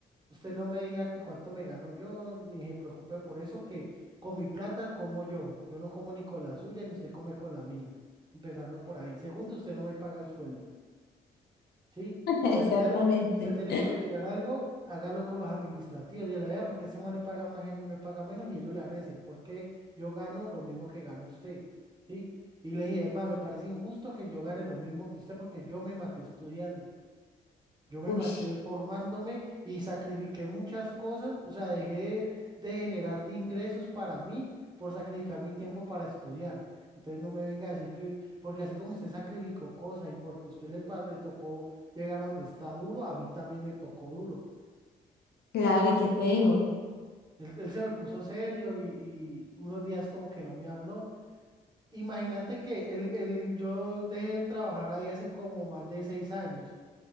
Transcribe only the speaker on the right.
usted no me diga que cuánto me gano yo, ni se preocupe por eso, que con mi plata como yo. Yo no como ni con la suya, ni usted come con la mía. Empezando por ahí. Segundo, usted no me paga el sueldo. ¿sí?
Tercero, si se tiene que revirar algo, hágalo con los administrativos. Dígale, vea, porque ese man le paga más y a mí me paga menos? Y ellos le van a decir, ¿por qué yo gano lo mismo que gana usted? ¿Sí? Y le dije, es más, me parece injusto que yo gane lo mismo que usted porque yo me maté estudiando. Yo me
maté formándome y sacrifiqué muchas cosas, o sea, dejé de, de generar de ingresos para mí por sacrificar mi tiempo para estudiar. Entonces no me venga a decir que, porque así como usted sacrificó cosas y porque usted le, pa- le tocó llegar a donde está duro, a mí también me tocó duro.
Él, él se me puso serio y, y unos días como que no me habló. Imagínate que él, él- yo dejé de trabajar ahí hace como más de seis años.